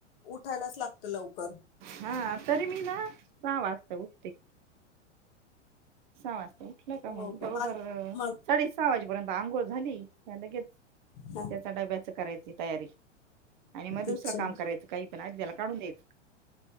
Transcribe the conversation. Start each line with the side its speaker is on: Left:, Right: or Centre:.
Left: उठायलाच लागत लवकर
Right: हा तरी मी ना सहा वाचत उठते सहा वाजता उठलं का मग
Left: हो
Right: बरोबर
Left: माझ मग
Right: साडे सहा वाजेपर्यंत आंघोळ झाली लगेच
Left: हा
Right: त्याचा डब्याच करायची तयारी आणि मग दुसरं
Left: अच्छा
Right: काम करायचं काही पण आ त्याला काढून द्यायच